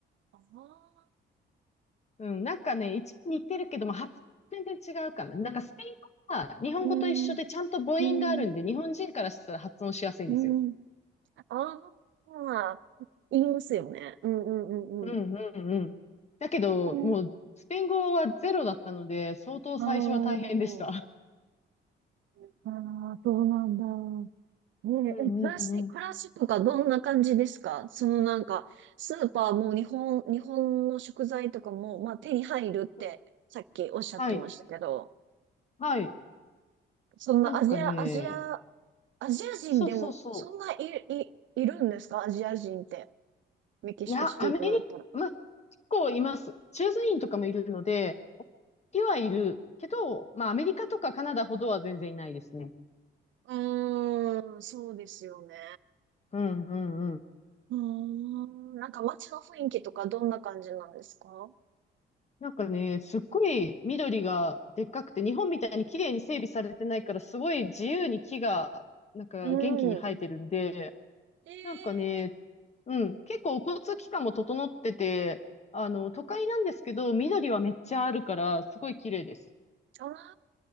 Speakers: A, on the right; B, on the left.
A: ああ。
B: うん、なんかね、一似てるけども、発音全然違うかな。なんかスペイン語は日本語と一緒でちゃんと母音があるんで、
A: うん。うん。
B: 日本人からしたら発音しやすいんですよ。
A: うん。ああ。言いますよね。うん、うん、うん、
B: うんうんうん。
A: うん。
B: だけど、
A: えー、
B: もうスペイン語はゼロだったので、相当最初は大変でした。
A: あーあー、そうなんだ。えー、
B: うんうんうん
A: え、暮らし、暮らしとかどんな感じですかそのなんか、スーパーも日本、日本の食材とかも、まあ手に入るってさっきおっしゃってましたけど、
B: うん。はい。はい。
A: そんなアジア、
B: なんかね、
A: アジア、アジア人でもそんないい、
B: そうそうそ
A: い、いるんですかアジア人って。メキシコシティとかだったら。
B: う。いや、アメリカ、まあ、結構います。駐在員とかもいるので、いはいるけど、まあ、アメリカとかカナダほどは全然いないですね。
A: うーん、そうですよね。
B: うんうんうん。
A: うーん、なんか街の雰囲気とかどんな感じなんですか
B: なんかね、すっごい緑がでっかくて、日本みたいに綺麗に整備されてないから、すごい自由に木が、なんか元気に生えてるんで、
A: うん。ええ
B: なんかね、うん、結構交通機関も整ってて、あの、都会なんですけど、
A: ー
B: 緑はめっちゃあるから、すごい綺麗です。
A: トラン、